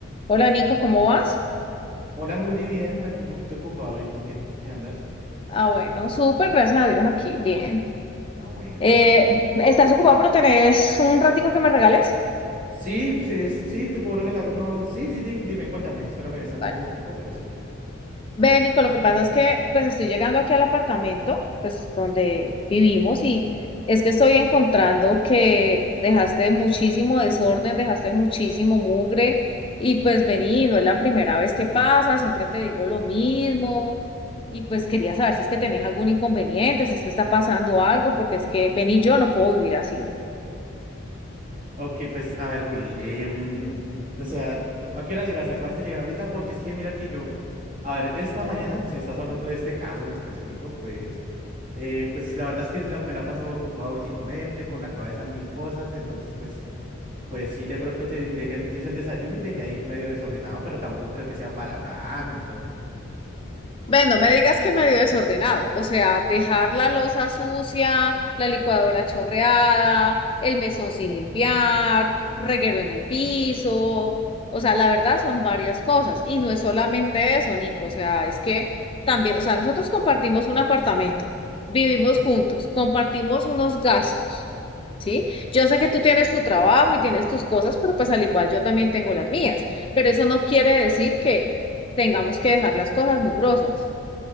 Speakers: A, on the left; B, on the right.
A: Hola Nico, ¿cómo vas?
B: Hola Juli, bien, por aquí un poquito ocupado. ¿Y tú qué? ¿Qué andas?
A: Ah, bueno, súper, gracias a Dios aquí, bien.
B: Ah, bueno,
A: Eh,
B: me alegra.
A: ¿estás ocupado pero tenés un ratico que me regales?
B: Sí, sí, sí, te puedo regalar uno. Sí, sí, di- dime, cuéntame. Espérame, ves algún
A: Vale.
B: momentico, pero sí, ya.
A: Ve,
B: Eh,
A: Nico, lo que pasa es que pues estoy llegando aquí al apartamento, pues donde vivimos y es que estoy encontrando que dejaste muchísimo desorden, dejaste muchísimo mugre y pues vení, no es la primera vez que pasa, siempre te digo lo mismo. Y pues quería saber si es que tenés algún inconveniente, si es que está pasando algo, porque es que vení, yo no puedo vivir así.
B: Ok, pues a ver, Juli. eh, mm, o sea, ¿a qué hora llegaste? ¿Acabaste de llegar ahorita? Porque es que mira que yo. A ver, esta mañana, si estás hablando de este caso en específico, pues. eh, pues la verdad es que la- me la he pasado ocupado últimamente, con la cabeza en mil cosas. Entonces, pues. Pues sí, de pronto te dejé el- hice el desayuno y dejé ahí medio desordenado, pero tampoco creo que sea para tanto.
A: Bueno, no me digas que medio desordenado, o sea, dejar la loza sucia, la licuadora chorreada, el mesón sin limpiar, reguero en el piso, o sea, la verdad son varias cosas y no es solamente eso, Nico, o sea, es que también, o sea, nosotros compartimos un apartamento, vivimos
B: O-
A: juntos, compartimos unos gastos, ¿sí? Yo sé que tú tienes tu trabajo y tienes tus cosas, pero pues al igual yo también tengo las mías, pero eso no quiere decir que tengamos que dejar las cosas mugrosas.